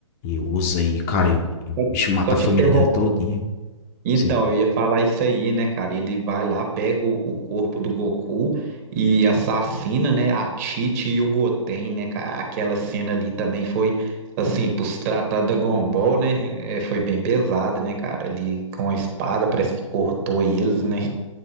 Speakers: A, on the left; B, on the right.
A: e usa e, cara, e e o
B: Só te
A: bicho mata
B: só
A: a
B: te
A: família
B: interrom-
A: dele todinho,
B: Então,
A: assim.
B: eu ia falar isso aí, né, cara? Ele vai lá, pega o, o corpo do Goku e assassina, né, a Tite e o Goten, né, cara? Aquela cena ali também foi, assim, por se tratar da Dragon Ball, né? é, foi bem pesada, né, cara? Ali com a espada, parece que cortou eles, né?